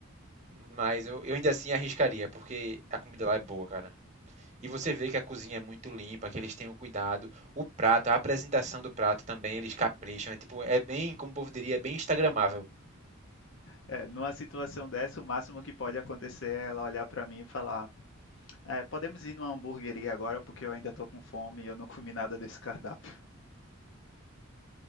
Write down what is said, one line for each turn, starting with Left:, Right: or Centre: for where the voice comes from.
Right: Mas eu, eu ainda assim arriscaria, porque a comida lá é boa, cara. E você vê que a cozinha é muito limpa, que eles têm um cuidado. O prato, a apresentação do prato também, eles capricham. É tipo, é bem, como o povo diria, é bem instagramável.
Left: É, numa situação dessa, o máximo que pode acontecer é ela olhar para mim e falar: "É, podemos ir numa hamburgueria agora porque eu ainda tô com fome e eu não <laughs> comi nada desse cardápio.